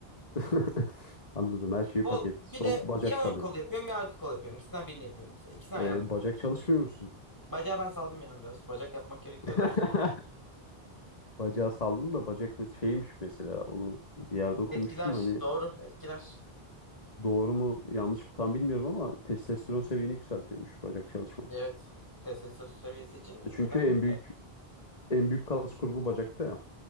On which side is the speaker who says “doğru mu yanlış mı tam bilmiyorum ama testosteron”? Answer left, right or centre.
Left